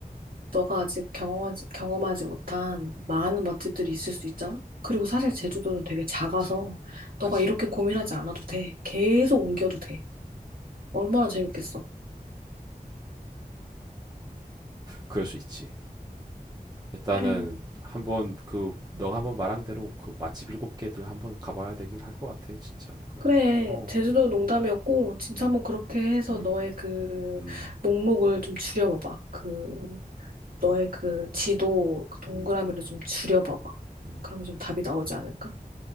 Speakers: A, on the right; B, on the right.
A: 너가 아직 경험하지, 경험하지 못한
B: 음,
A: 많은 맛집들이 있을 수 있잖아? 그리고 사실 제주도는 되게 작아서
B: 그치,
A: 너가
B: 그치,
A: 이렇게 고민하지 않아도 돼. 계속 옮겨도
B: 음.
A: 돼. 얼마나 재밌겠어.
B: 그럴 수 있지. 일단은
A: 그래.
B: 한번 그 너가 한번 말한 대로 그 맛집 일곱 개들 한번 가봐야 되긴 할 것 같아 진짜 그,
A: 그래.
B: 어,
A: 제주도 농담이었고, 진짜
B: 음,
A: 한번 그렇게 해서
B: 음,
A: 너의 그
B: 음,
A: 목록을 좀 줄여봐봐. 그, 너의 그 지도 그 동그라미를
B: 음,
A: 좀 줄여봐봐.
B: 음,
A: 그러면 좀 답이 나오지 않을까?